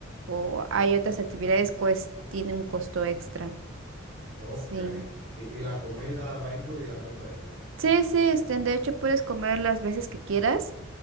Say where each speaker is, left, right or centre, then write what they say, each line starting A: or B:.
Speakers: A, on the right; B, on the right.
A: O hay otras actividades que tienen un costo extra.
B: Ok.
A: Sí.
B: ¿Y, y la comida va incluida en el precio?
A: Sí, sí, este, de hecho puedes comer las veces que quieras.